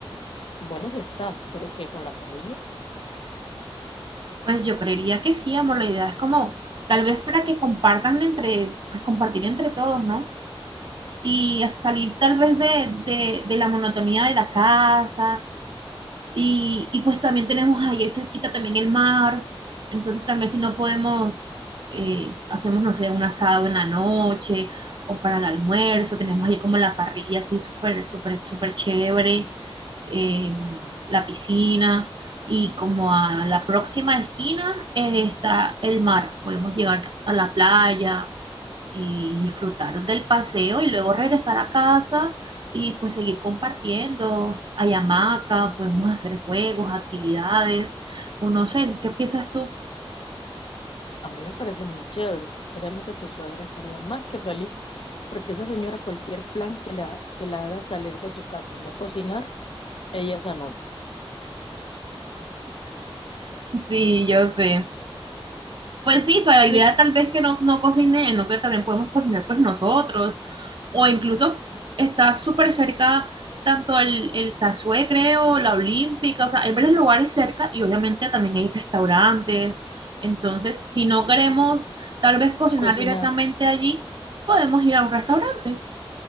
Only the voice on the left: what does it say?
Bueno, sí está, pero que con la familia.
A mí me parece muy chévere. Créeme que tu suegra estaría más que feliz, porque esa señora cualquier plan que la, que la haga salir de su casa y no cocinar, ella se anota.
Mi
cocinar.